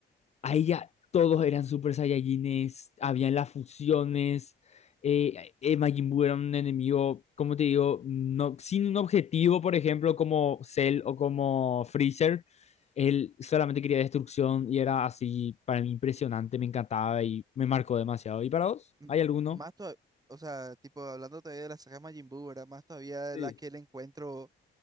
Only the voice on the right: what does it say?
m-
más todavía, o sea, tipo, hablando todavía de la saga Majin Buu, ¿verdad? Más todavía de
la que el encuentro